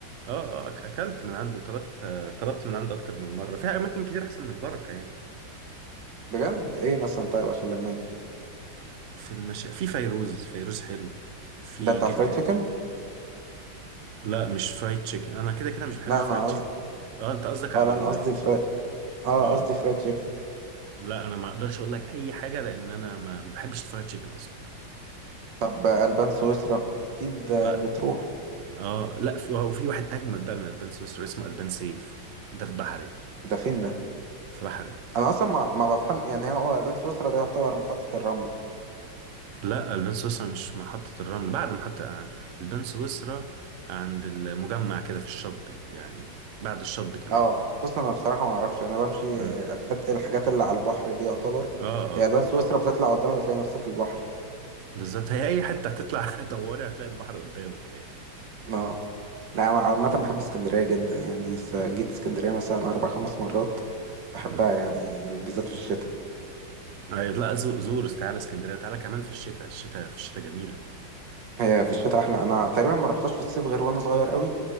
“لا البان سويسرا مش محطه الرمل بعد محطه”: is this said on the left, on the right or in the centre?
Right